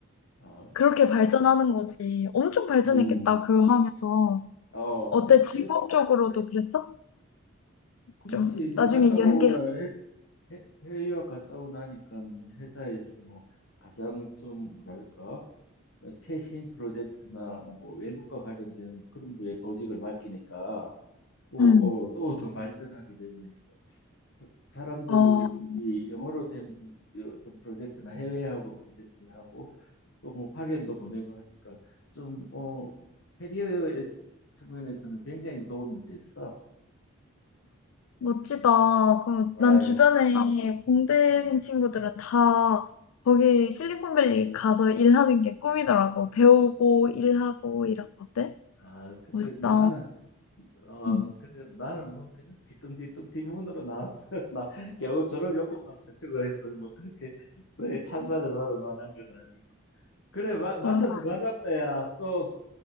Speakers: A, on the left; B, on the left.
A: 어,
B: 그렇게 발전하는 거지. 엄청 발전했겠다,
A: 음,
B: 그거 하면서.
A: 어,
B: 어때?
A: 그래서
B: 직업적으로도
A: 그래서
B: 그랬어?
A: 그렇지.
B: 좀
A: 이제
B: 나중에
A: 갔다
B: 응.
A: 오고
B: 연계.
A: 나 해- 해- 해외유학 갔다 오고 나니까는 회사에서 뭐 가장 좀 뭐랄까 최신 프로젝트나 뭐 외국과 관련된 그런 거에 보직을 맡기니까 뭐또
B: 응.
A: 더 발전하게 되고 해서 사- 사람들이
B: 어,
A: 영어로 된 이- 이 어떤 프로젝트나 해외하고 프로젝트하고 또 뭐 파견도 보내고 하니까 좀어 캐리어의 측면에서는 굉장히 도움이 됐어.
B: 멋지다. 그럼 난
A: 아이고.
B: 주변에 공대생
A: 음.
B: 친구들은 다 거기 실리콘밸리 가서 일하는 게 꿈이더라고. 배우고 일하고 이런 것들.
A: 아, 그래.
B: 멋있다.
A: 뭐 나는 어,
B: 응.
A: 그래, 나는 뭐, 그냥 뒤뚱뒤뚱 뒷문으로 나왔다. <laughs> 나 겨우 졸업 요건만 갖추고했어. 뭐, 그렇게 너의 찬사를 받을 만한 건 아니고. 그래, 마- 만나서
B: 아,
A: 반갑다, 야. 또,